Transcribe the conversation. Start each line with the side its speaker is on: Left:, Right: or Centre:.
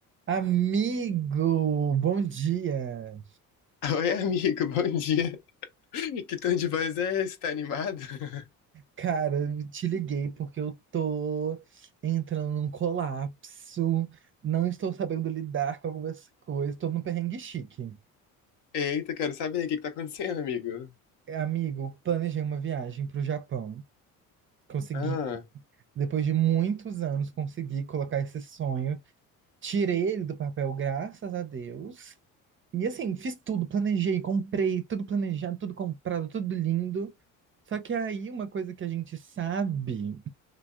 Right: Amigo, bom dia.
Left: <laughs> Oi, amigo, bom dia. Que tom de voz é esse? Tá animado? <laughs>
Right: Cara, eu te liguei porque eu tô entrando num colapso, não estou sabendo lidar com algumas coisas, tô num perrengue chique.
Left: Eita, quero saber o que que tá acontecendo, amigo.
Right: Amigo, planejei uma viagem pro Japão. Consegui,
Left: Ah,
Right: depois de muitos anos, consegui colocar esse sonho. Tirei ele do papel, graças a Deus. E assim, fiz tudo, planejei, comprei, tudo planejado, tudo comprado, tudo lindo. Só que aí uma coisa que a gente sabe